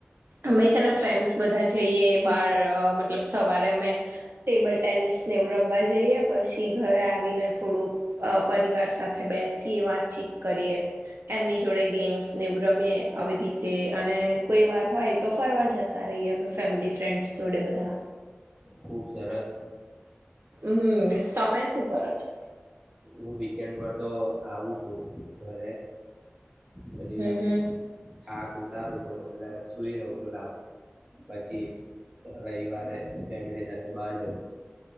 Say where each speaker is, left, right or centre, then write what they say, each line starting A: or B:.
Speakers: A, on the right; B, on the right.
A: હંમેશાના ફ્રેન્ડ્સ બધા જઈએ બાર મતલબ સવારે અમે ટેબલ ટેનિસ સ્નેવ રમવા જઈએ પછી ઘરે આવીને થોડુંક પરિવાર સાથે બેસી એ વાત ચીક કરીએ એમની જોડે ગેમ્સ એવું રમીએ આવી રીતે અને કોઈ વાર હોય તો ફરવા જતા રહીએ અમે ફેમિલી ફ્રેન્ડ્સ જોડે બધા
B: ખૂબ સરસ
A: હમ તમે શું કરો છો?
B: હું વીકેન્ડ પર તો આવું છું ઘરે પછી
A: હમ હમ
B: થાક ઉતારું છું એટલે સુઈ રહું છું લાભ પછી રવિવારે ફેમિલી સાથે બહાર જવ